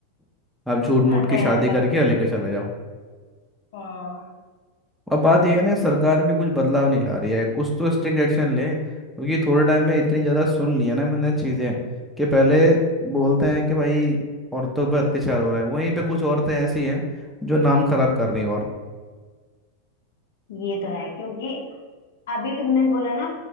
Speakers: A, in the centre; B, on the left.
A: आप झूठ
B: अच्छा
A: मूठ की
B: है,
A: शादी
B: बस
A: करके और लेके चले जाओ
B: हाँ
A: अब बात यह है ना सरकार भी कुछ बदलाव नहीं ला रही है कुछ तो स्ट्रिक्ट एक्शन ले क्योंकि थोड़े टाइम में इतनी ज़्यादा सुन लिया ना मैंने चीज़ें कि पहले बोलते हैं कि भाई औरतों पर अत्याचार हो रहा है वहीं पे कुछ औरतें ऐसी हैं जो नाम खराब कर रही हैं और
B: ये तो है क्योंकि अभी तुमने बोला ना